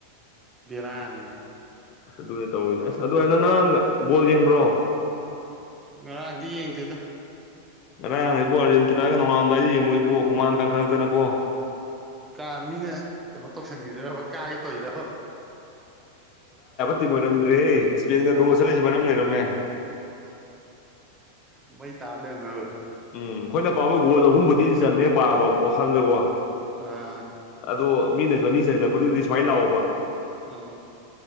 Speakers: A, on the right; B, on the left.
A: ꯕꯦꯔꯥꯅꯤꯅꯦ
B: ꯑꯗꯨꯅꯦ ꯇꯧꯋꯁꯦ ꯑꯁ ꯑꯗꯨ ꯅꯪ ꯅꯔꯥꯡ ꯕꯣꯜ ꯌꯦꯡꯕ꯭ꯔꯣ
A: ꯉꯔꯥꯡꯗꯤ ꯌꯦꯡꯗꯦꯗ
B: ꯉꯥꯔꯥꯡ ꯏꯕꯣ ꯑꯔꯖꯦꯟꯇꯅꯥꯒ ꯅꯅꯨꯡꯉꯥꯏꯗꯤ ꯌꯦꯡꯉꯣ ꯏꯕꯣ ꯀꯨꯃꯥꯡ ꯇꯥꯡꯈꯠꯂꯛꯇꯅꯀꯣ
A: ꯀꯥ ꯃꯤꯅ ꯀꯩꯅꯣ ꯇꯧꯁꯟꯈꯤꯔ ꯍꯣꯏ ꯀꯥꯒ ꯇꯧꯔꯤꯔꯕ
B: ꯗꯤ ꯃꯔꯝꯗ꯭ꯔꯦ ꯍꯦ ꯏꯁꯄꯦꯟꯒ ꯔꯣ ꯆꯠꯂꯤꯁꯦ ꯃꯔꯝ ꯂꯩꯔꯝꯃꯦ
A: ꯃꯣꯏ ꯇꯥꯂꯦꯃꯦ ꯍꯕ
B: ꯎꯝ ꯑꯩꯈꯣꯏꯅ ꯄꯥꯕ ꯒꯣꯜ ꯑꯍꯨꯝꯕꯨꯗꯤ ꯆꯟꯅꯦ ꯄꯥꯕꯣ ꯋꯥꯈꯜꯗꯀꯣ
A: ꯑꯥ
B: ꯑꯗꯣ ꯃꯤꯅꯁꯨ ꯑꯅꯤ ꯆꯟꯁꯤꯜꯂꯛꯄꯗꯨꯗꯤ ꯁ꯭ꯋꯥꯏ ꯂꯥꯛꯕ
A: ꯑ